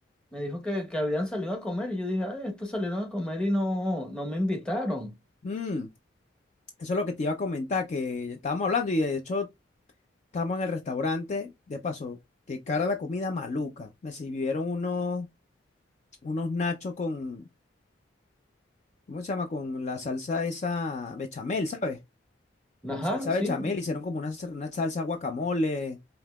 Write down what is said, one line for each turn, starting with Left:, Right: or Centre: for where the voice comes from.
Centre: me dijo que, que habían salido a comer. Y yo dije, ay, estos salieron a comer y no, no me invitaron.
Left: Mm, eso es lo que te iba a comentar, que estábamos hablando y de hecho estábamos en el restaurante. De paso, qué cara la comida maluca. Me sirvieron unos unos nachos con, ¿cómo se llama? Con la salsa esa bechamel, ¿sabes? Con
Centre: Ajá,
Left: salsa
Centre: sí,
Left: bechamel, hicieron como una, sa- una salsa guacamole